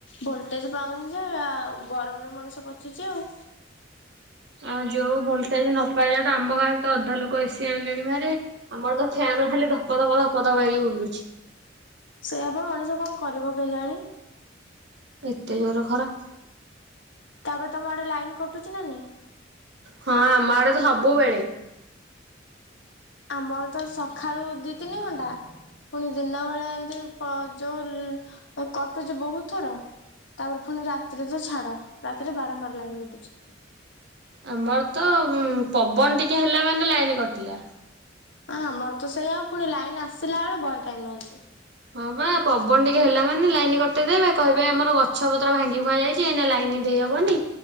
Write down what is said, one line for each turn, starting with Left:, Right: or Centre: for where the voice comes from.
Left: ଭୋଲଟେଜ୍ ପାଉନି ଯେ ଆଉ ଗରମରେ ମଣିଷ ପଡୁଚି ଆଉ।
Right: ଆ ଯୋଉ ଭୋଲଟେଜ୍ ନ ପାଇଲାଠୁ ଆମ ଗାଁରେ ତ ଅଧା ଲୋକ ଏସି ଆଣିଲେଣିଭାରି ଆମର ତ ଫ୍ୟାନ ଖାଲି ଧପ ଧପ ଧପ ଧପ ହେଇକି ବୁଲୁଚି।
Left: ସେଇଆପା ମଣିଷ କଣ କରିବ କେଜାଣି।
Right: ଏତେ ଜୋର ଖରା।
Left: ତାପରେ ତମ ଆଡେ ଲାଇନ୍ କଟୁଚି ନାଁ ନାଇଁ?
Right: ହଁ ଆମ ଆଡେ ତ ସବୁବେଳେ।
Left: ଆମର ତ ସକାଳୁ ଦି ତିନି ଘଣ୍ଟା ପୁଣି ଦିନ ବେଳେ ଏମିତି ଯୋଉ କଟୁଚି ବୋହୁତ ଥର ତାପରେ ପୁଣି ରାତିରେ ତ ଛାଡ ରାତିରେ ବାରମ୍ବାର ଲାଇନ୍ କଟୁଚି।
Right: ଆମର ତ ପବନ ଟିକେ ହେଲା ମାନେ ଲାଇନ୍ କଟିଲା।
Left: ଆ ଆମର ତ ସେଇଆ ଫୁଣି ଲାଇନ୍ ଆସିଲା ବେଳୁ ବହେ ଟାଇମ୍ ନୋଉଚି।
Right: ହଁ ପା ପବନ ଟିକେ ହେଲା ମାନେ ଲାଇନ୍ କଟେଇଦବେ କହିବେ ଆମର ଗଛ ପତ୍ର ଭାଙ୍ଗି ଭୁଙ୍ଗା ଯାଇଚି ଏଇ ଲାଇନ୍ ଦେଇହବନି